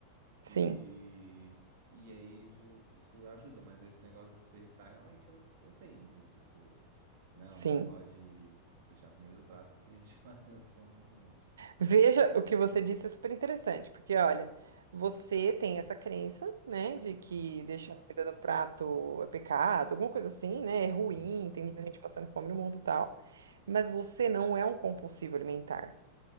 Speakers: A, on the right; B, on the right.
A: Sim,
B: E, e aí isso, isso ajuda, mas esse negócio de desperdiçar realmente eu, eu tenho, do tipo, não,
A: sim.
B: não pode deixar comida no prato porque tem gente <laughs> passando fome no mundo.
A: Veja o que você disse é super interessante, porque olha, você tem essa crença, né, de que
B: Uhum,
A: deixar comida no prato é pecado, alguma coisa assim, né, é ruim,
B: uhum,
A: tem muita gente passando fome no mundo e tal, mas você não é um compulsivo alimentar.